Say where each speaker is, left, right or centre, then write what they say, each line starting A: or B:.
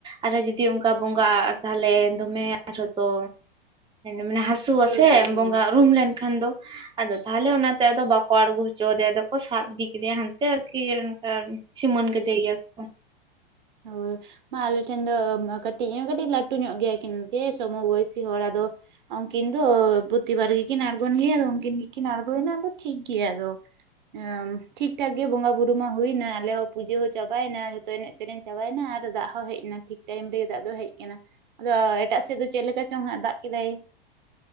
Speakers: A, on the right; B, on the right.
A: ᱟᱨᱚ ᱡᱩᱫᱤ ᱚᱱᱠᱟ ᱵᱚᱸᱜᱟᱜ ᱛᱟᱦᱚᱞᱮ ᱫᱚᱢᱮ ᱟᱨᱦᱚᱸ ᱛᱚ, ᱢᱟᱱᱮ ᱦᱟᱥ᱾ ᱦᱟᱹᱥᱩᱣᱟ
B: ᱦᱳᱭ
A: ᱥᱮ
B: ᱦᱳᱭ ᱦᱳᱭ
A: ᱵᱚᱸᱜᱟ ᱨᱩᱨᱩᱢ ᱞᱮᱱᱠᱷᱟᱱ ᱫᱚ ᱟᱫᱚ ᱛᱟᱦᱚᱞᱮ ᱚᱱᱟᱛᱮ ᱟᱫᱚ ᱵᱟ᱾ ᱵᱟᱠᱚ ᱟᱬᱜᱚ ᱦᱚᱪᱚ ᱟᱫᱮᱭᱟ ᱟᱫᱚ ᱠᱚ ᱥᱟᱵ ᱤᱫᱤ ᱠᱮᱫᱮᱭᱟ ᱦᱟᱱᱛᱮ ᱟᱨᱠᱤ ᱚᱱᱠᱟ ᱥᱤᱢᱟᱹᱱ ᱠᱮᱫᱮ ᱜᱮᱭᱟ ᱠᱚ᱾
B: ᱦᱳᱭ ᱢᱟ ᱟᱞᱮ ᱴᱷᱮᱱ ᱫᱚ ᱠᱟᱹᱴᱤᱡ ᱠᱟᱹᱴᱤᱡ ᱞᱟᱹᱴᱩ ᱧᱚᱜ ᱜᱮᱭᱟ ᱠᱤᱱ ᱡᱮ ᱥᱚᱢᱚ ᱵᱚᱭᱥᱤ ᱦᱚᱲ ᱟᱫᱚ᱾ ᱩᱱᱠᱤᱱ ᱫᱚ ᱯᱨᱚᱛᱤᱵᱟᱨ ᱜᱮᱠᱤᱱ ᱟᱬᱜᱳ ᱜᱮᱭᱟ ᱟᱫᱚ ᱩᱱᱠᱤᱱ ᱜᱮᱠᱤᱱ ᱟᱬᱜᱳᱱᱟ ᱟᱫᱚ ᱴᱷᱤᱠ ᱜᱮᱭᱟ ᱟᱫᱚ᱾ ᱚᱸ ᱴᱷᱤᱠᱴᱷᱟᱠ ᱜᱮ ᱵᱚᱸᱜᱟ ᱵᱩᱨᱩ ᱢᱟ ᱦᱩᱭᱮᱱᱟ ᱟᱞᱮ ᱦᱚᱸ ᱯᱩᱡᱟᱹ ᱦᱚᱸ ᱪᱟᱵᱟᱭᱮᱱᱟ ᱡᱚᱛᱚ ᱮᱱᱮᱡ ᱥᱮᱨᱮᱧ᱾ ᱪᱟᱵᱟᱭᱮᱱᱟ ᱟᱨ ᱫᱟᱜ ᱦᱚᱸ ᱦᱮᱡ ᱮᱱᱟ ᱴᱷᱤᱠ ᱴᱟᱭᱤᱢ ᱨᱮᱜᱮ ᱫᱟᱜ ᱫᱚ ᱦᱮᱡ ᱟᱠᱟᱱᱟ᱾ ᱟᱫᱚ ᱮᱴᱟᱜ ᱥᱮᱫ ᱫᱚ ᱪᱮᱫ ᱞᱮᱠᱟ ᱪᱚᱝ ᱦᱟᱜ ᱫᱟᱜ ᱠᱮᱫᱟᱭ‍‍᱾